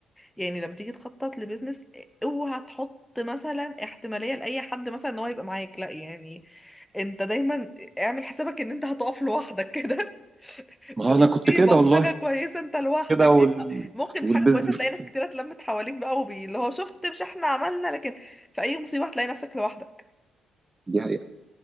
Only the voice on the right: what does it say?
ما
هو
انا كنت كده والله
كده وال...
والبيزنس
دي حقيقة